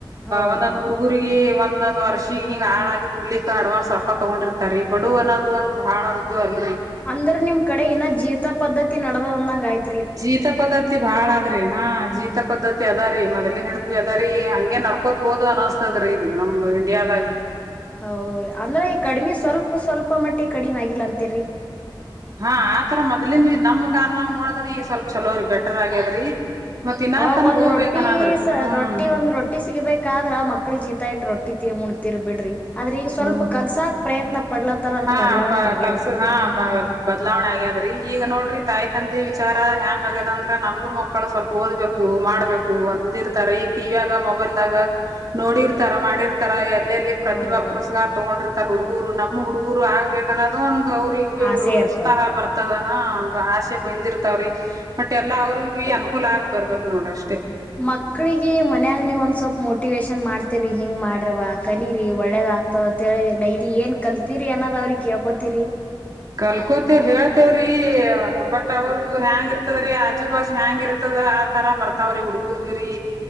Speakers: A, on the left (about 15°); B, on the right (about 40°).
A: ಹೌದ್
B: ಒಂದೊಂದ್
A: ಹೌದ್ರಿ.
B: ಹುಡುಗರಿಗೆ ಒಂದ್ ಒಂದೊಂದ ವರ್ಷಗ ಹಿಂಗ ಹಾಳ ಆಗ್ ಉುಳಿ ಅಡ್ವಾನ್ಸ್ ರೊಕ್ಕೊ ತಗೊಂಡಿರ್ತಾರೆ ಬಡಡು ಅನ್ನೋದು ಒಂದು ಬಹಳದು ಅಲ್ಲಿ
A: ಅಂದ್ರ ನಿಮ್ ಕಡೆ ಇನ್ನ ಜೀತ ಪದ್ಧತಿ ನಡದ ಅಂದಂಗ ಆಯ್ು
B: ಜೀತ ಪದ್ಧತಿ ಬಾಳಾದ್ರಿ ಹಾ ಜೀತ ಪದ್ಧತಿ ಅದ ರೀ ಮೊದ್ಲಿ ಹ ್ವಿ ಅದ ರೀ ಹಂಗೆ ನಡ್ಕೋತ್ಬೋದು ಅನಿಸಸ್ತದ್ರೀ ಇದು ನಮ್ದು ಇಂಡಿಯಾದಾಗ್ರಿ
A: ಹೌದ್ರಿ ಅಂದ್ರ ಈ ಕಡಿಮಿ ಸ್ವಲ್ಪ ಸ್ವಲ್ಪ ಮಟ್ಟಿ ಕಡಿಮೆ ಆಗಿಲ್ಲ ಅಂತಿರಿ
B: ಹಾ ಆತರ ಮೊ್ಲಿಂದ ನಮ್ ಕಾಲ್ನಂಗ್ ನೋಡದ್ರ ಈಗ ಸ್ವಲ್ಪ ಚಲೋ್ರಿ ಬೆಟರ್ ಆಗ್ಯದ್ರಿ ಮತ್ ಇನ್ನಾತನ
A: ಅವಾಗ ಒಂದ್
B: ಹೋಗ್ಬೇಕನ್ನದ್ರಿ
A: ರೊಟ್ಟಿ
B: ಹ್ಮ್
A: ರೊಟ್ಟಿ ಒಂದ್ ರೊಟ್ಟಿ ಸಿಗ್ಬೇಕಾದ್ರ ಮಕ್ಳಿ ಜೀತ ಇಟ್ ರೊಟ್ಟಿ ಟ್ಟಿ ಮು ತಿೀರ್ ಬಿಡ್ರಿ ಆದ್ರ ಈಗ ಸ್ವಲ್ಪ
B: ಹ
A: ಕಲ್ಸಾಕ್ ಪ್ರಯತ್ನ ಪಡ್ಲತ್ತಾರ ಅನ್ನೋ
B: ಹಾ
A: ಬದಲಾವಣೆ
B: ಪ
A: ಆಗ್ಯಾದ್ರಿ
B: ಕಲ್ಸದ ಹಾ ಬದಲಾವಣೆ ಆಗ್ಯದ್ರಿ ಈಗ ನೋಡ್ರಿ ತಾಯಿ ತಂದಿ ವಿಚಾರ ಹೆಂಗ್ ಆಗ್ಯದ ಅಂದ್ರ ನಮ್ದು ಮಕ್ಕಳು ಸ್ವಲ್ಪ ಓದ್ಬೇಕು ಮಾಡ್ಬೇಕು ಒಂದಿರ್ತಾರ ಈಗ ಟಿವಿ ಆಗ ಮೊಬೈಲ್ದಾಗ ನೋಡಿರ್ತಾರ ಮಾಡಿರ್ತಾರ <unintelligible> ಪ್ರತಿಭಾ
A: ಹೌದ್ ಹೌದ್ರಿ.
B: ಪುರಸ್ಕಾರ ತಗೊಂಡಿರ್ತಾರ್ ಹುಡುಗರು ನಮ್ ಹುಡುಗರು ಆಗ್ಬೇಕ ಅನ್ನೋದು ಒಂದ ಅವ್ರಿಗೆ ಹೋಗಿ
A: ಆಸೆ
B: ಉರತ್ಸಾಹ
A: ಇರ್ತದ.
B: ಬರ್ತದ ಹಾ ಆಸೆ ಬಂದಿರ್ತಾವ್ರಿ ಬಟ್ ಎಲ್ಲಾ ಅವ್ರಗ್ಬಿ ಅನುಕೂಲ ಆಗ್ ಬರ್ಬೇಕರಿ ನೋಡ್ರಿ ಅಷ್ಟೇ
A: ಮಕ್ಳಿಗೆ ಮನ್ಯಾಗ ನೀವ ಒಂದ ಸ್ವಲ್ಪ ಮೋಟಿವೇಶನ್ ಮಾಡ್ತರಿ ಹಿಂಗ್ ಮಾಡ್ರವಾ ಕಲೀರಿ ಒಳ್ಳೇದಾಗ್ತದಂತ ಹೇಳಿ ಡೈಲಿ ಏನ್ ಕಲ್ತಿರಿ ಅನ್ನೋದ್ ಅವ್ರಿಗಿ ಕೇಳ್ಕೊತಿರಿ
B: ಕಲ್ಕೋತೇವ ಹೇಳ್ತೇವ್ರೀ ಬಟ್ ಅವರು ಹ್ಯಾಂಗ್ ಇರ್ತದ್ರಿ ಆಜು ಬಾಜು ಹ್ಯಾಂಗ್ ಇರ್ತದ ಆತರಾ ಬರ್ತಾವ್ರಿ ಹುಡ್ಗುರ್ಗಿರೀ